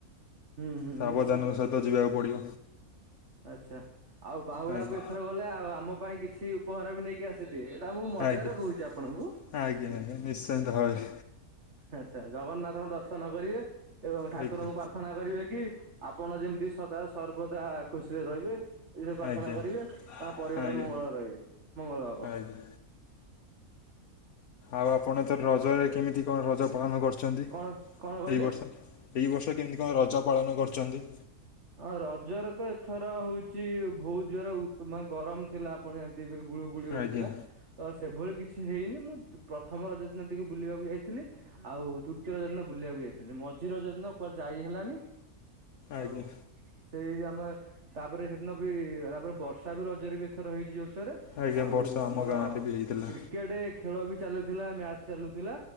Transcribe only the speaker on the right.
ହୁଁ-ହୁଁ
ନିଶ୍ଚିତ-ନିଶ୍ଚିତ।
ଆଚ୍ଛା ଆଉ ବାହୁଳାକୁ
ଏଥର ଗଲେ ଆଉ ଆମ ପାଇଁ କିଛି ଉପହାର ବି ନେଇକି ଆସ୍ ଥିବେ, ଏଟା ମୁଁ ମଜାରେ
କହୁଚି ଆପଣଙ୍କୁ।
ଆଚ୍ଛା, ଜଗନ୍ନାଥଙ୍କୁ ଦର୍ଶନ କରିବେ ଏବଂ ଠାକୁରଙ୍କୁ
ପାର୍ ର୍ଥନା କରିବେ କି, ଆପଣ ଯେମ୍ତି ସଦା ସର୍ବଦା ଖୁସିରେ ରହିବେ। ଇରେ ପ୍ରାର୍ଥନା
କରିବେ ତାଙ୍କ ପରିବାର
ମଙ୍ଗଳ ରହିବେ ମଙ୍ଗଳ ହବ।
କଣ କଣ କହିଲେ?
ହଁ ରଜରେ ତ ଏଥର ହଉଚି ଭଉତ୍ ଜୋର ଗରମ ଥିଲା ଆପଣ ଜାଣି ଥିବେ, ଗୁଳଗୁଳି ହଉଥିଲା।
ତ ସେଭଳି କିଛି ହେଇନି, ମୁଁ ପ୍ରଥମ ରଜ ଦିନ ଟିକେ ବୁଲିବାକୁ ଯାଇଥିଲି। ଆଉ ତୃତୀୟ ରାଜ ଦିନ ବୁଲିବାକୁ ଯାଇଥିଲି, ମଝି ରଜ ଦିନ କୁଆଡେ ଯାଇ ହେଲାନି,
ଆଉ ସେଇ ଆମ ତାପରେ ସେଦିନ ବି ତାପରେ ବର୍ଷା ବି ରଜରେ ଏଥର ହେଇଚି ଜୋର୍ସୋରେ।
ଆଉ
ଆମର
କ୍ରି କେଟେ ଖେଳ ବି ଚାଲୁଥିଲା, ମ୍ୟାଚ୍ ଚାଲୁଥିଲା